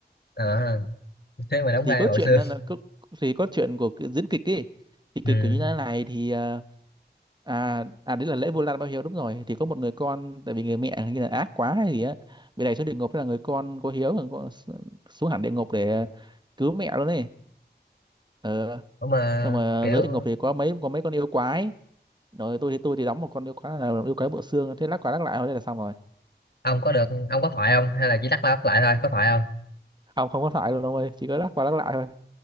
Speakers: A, on the left; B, on the right.
A: Ờ, thế mà đóng
B: thì
A: vai
B: cốt
A: bộ
B: truyện
A: xương
B: là, là cốt- thì cốt truyện của cái diễn kịch ấy thì kịch
A: ừ.
B: kiểu như thế này thì ờ, à à đấy là lễ Vu Lan báo hiếu đúng rồi thì có một người con tại vì người mẹ hình như là ác quá hay gì á bị đẩy xuống địa ngục thế là người con có hiếu người con s- xuống hẳn địa ngục để cứu mẹ luôn ấy ờ
A: Ủa mà
B: xong mà
A: kiểu
B: dưới địa ngục thì có mấy có mấy con yêu quái rồi tôi thì tôi thì đóng một con yêu quái là yêu quái bộ xương thế lắc qua lắc lại thôi thế là xong rồi
A: ông có được ông có thoại không hay là chỉ lắc qua lắc lại thôi có thoại không
B: không không có thoại luôn ông ơi chỉ có lắc qua lắc lại thôi